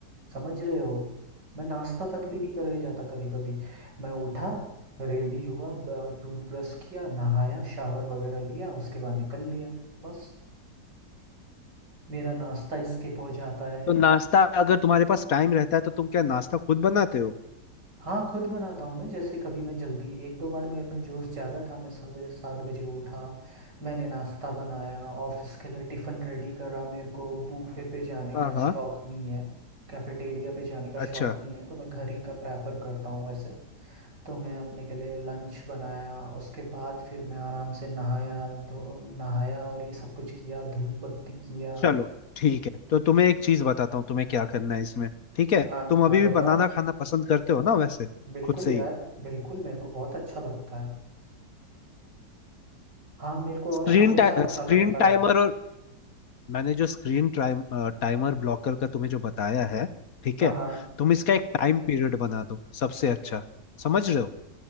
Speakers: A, on the right (about 80°); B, on the left (about 55°).
A: समझ रहे हो मैं नाश्ता तक भी नहीं करके जाता कभी कभी मैं उठा रेडी हुआ टूथब्रश किया नहाया शावर वगैरह लिया उसके बाद निकल लिया बस मेरा नाश्ता इसके पहुंच जाता है
B: तो नाश्ता अगर तुम्हारे पास टाइम रहता है तो तुम क्या नाश्ता खुद बनाते हो
A: हाँ खुद बनाता हूँ ना जैसे कभी मैं जल्दी एक दो बार मेरे में जोश जागा था मैं सवेरे सात बजे उठा मैंने नाश्ता बनाया ऑफिस के लिए टिफ़िन रेडी करा मेरे को बूफे पे जाने
B: हाँ
A: का
B: हाँ
A: शौक नहीं है कैफेटेरिया पे जाने का
B: अच्छा
A: शौक नहीं है तो मैं घर ही का प्रेफर करता हूँ वैसे तो मैं अपने के लिए लंच बनाया उसके बाद फिर मैं आराम से नहाया धो नहाया और ये सब कुछ किया धूप बत्ती किया
B: चलो ठीक है तो तुम्हें एक चीज बताता हूँ तुम्हें क्या करना है इसमें ठीक है
A: हाँ
B: तुम
A: हाँ
B: अभी
A: बताओ
B: भी बनाना खाना पसंद करते हो ना वैसे
A: बिल्कुल
B: खुद से
A: यार
B: ही
A: बिल्कुल मेरे को बहुत अच्छा लगता है हाँ मेरे को
B: स्क्रीन
A: और हमेशा
B: टा,
A: अच्छा
B: स्क्रीन
A: लगता
B: टाइमर
A: है
B: और मैंने जो स्क्रीन टाइम टाइमर ब्लॉकर का तुम्हें जो बताया है ठीक
A: हाँ
B: है
A: हाँ
B: तुम इसका एक टाइम पीरियड बना दो सबसे अच्छा समझ रहे हो